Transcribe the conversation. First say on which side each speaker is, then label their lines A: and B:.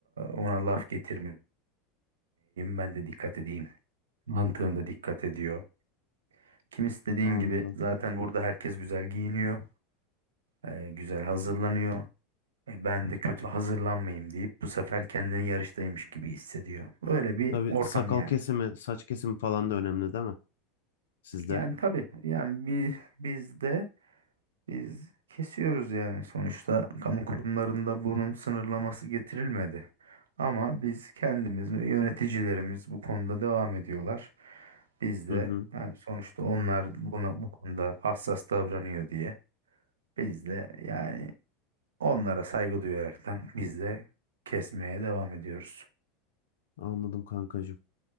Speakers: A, on the right; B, on the left.
A: ona laf getirmeyeyim ben de dikkat edeyim. Mantığında dikkat ediyor. Kimisi dediğin
B: Anladım.
A: gibi zaten burada herkes güzel giyiniyor, e, güzel hazırlanıyor. E, ben de kötü hazırlanmayayım deyip bu sefer kendini yarıştaymış gibi hissediyor. Öyle bir
B: Tabii
A: ortam
B: sakal
A: yani.
B: kesimi, saç kesimi falan da önemli değil mi? Sizde.
A: Yani tabii yani biz, biz de biz kesiyoruz yani sonuçta kamu kurumlarında bunun sınırlaması getirilmedi. Ama biz kendimiz ve yöneticilerimiz bu konuda devam ediyorlar. Biz
B: Hı
A: de
B: hı.
A: yani sonuçta onlar buna bu konuda hassas davranıyor diye biz de yani onlara saygı duyaraktan biz de kesmeye devam ediyoruz.
B: Anladım kankacığım.